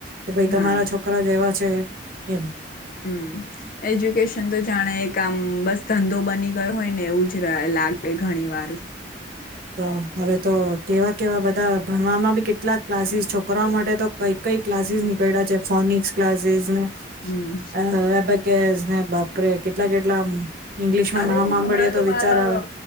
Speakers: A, on the right; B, on the left.
A: કે ભાઈ તમારા
B: હા
A: છોક જેવા છે એમ.
B: હમ્મ એજ્યુકેશન તો જાણે એક આમ બસ ધંધો બની ગયો હોય ને એવું જ લાગે ઘણી વાર.
A: તો હવે તો કેવા કેવા બધા. ભણવામાં બી કેટલાક ક્લાસીસ છોકરાઓ માટે તો કઈ કઈ ક્લાસીસ નીકળ્યા છે ફોનિક્સ ક્લાસીસ ને.
B: હમ
A: હ અબાકસ હા બાપરે કેટલા કેટલા. ઇંગ્લિશમાં
B: અરે
A: નામ સાંભળીએ
B: હમણાં તો મારા
A: વિચાર આવે